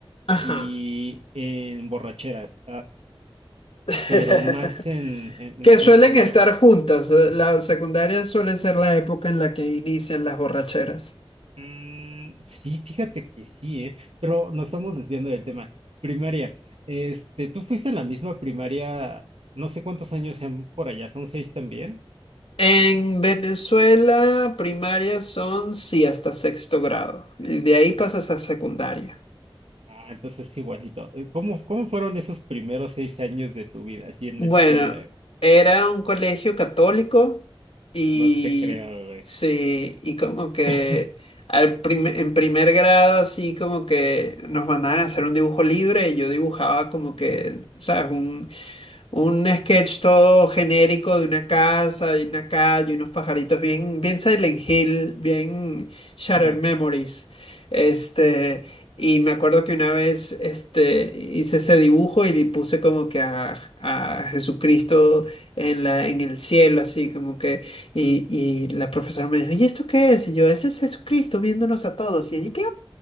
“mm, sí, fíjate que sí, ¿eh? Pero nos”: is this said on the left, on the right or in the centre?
Right